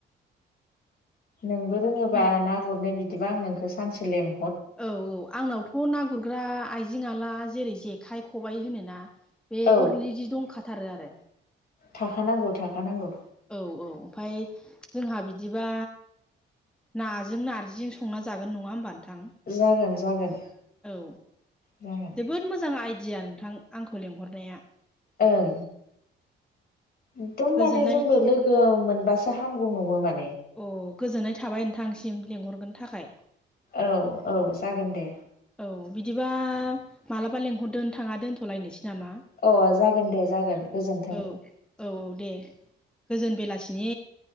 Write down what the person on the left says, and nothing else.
नोंबो रोङोबा
ना गुरनो बिदिबा आं नोंखौ सानसे लें
औ
थाखानांगौ थाखानांगौ।
जागोन जागोन
जागोन
ओं। एकदम
माने जोंबो लो गो मोनबासो हामगौ नङोमोन।
औ औ जागोन दे
अ जागोन दे जागोन गोजोन्थों